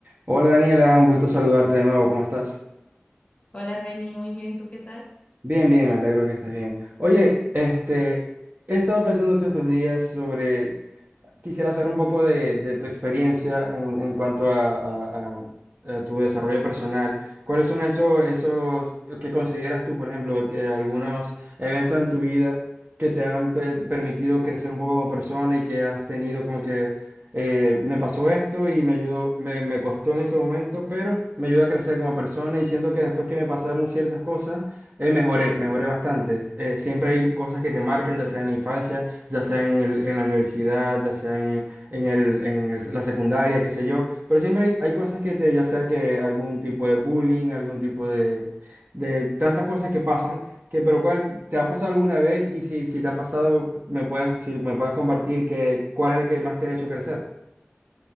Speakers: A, on the right; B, on the left.
A: Hola Daniela, un gusto saludarte de nuevo, ¿cómo estás?
B: Hola Reni, muy bien, ¿tú qué tal?
A: Bien, bien, me alegro que estés bien. Oye, este, he estado pensando todos estos días sobre quisiera saber un poco de, de tu experiencia en, en cuanto a, a- a- a tu desarrollo personal. ¿Cuáles son esos, esos que consideras tú, por ejemplo, que algunos eventos en tu vida que te han pe- permitido crecer un poco como persona y que has tenido como que eh, me pasó esto y me ayudó, me, me costó en ese momento, pero me ayudó a crecer como persona y siento que después que me pasaron ciertas cosas, eh, mejoré, mejoré bastante. Eh, siempre hay cosas que te marcan, ya sea en la infancia ya sea en el- en la universidad, ya sea en, en el- en el- la secundaria, qué sé yo, pero siempre hay, hay cosas que te, ya sea que algún tipo de bullying, algún tipo de, de tantas cosas que pasan, que pero cuál, ¿te ha pasado alguna vez? Y si, si te ha pasado, me puedes, si me puedes compartir que, cuál es la que más te ha hecho crecer.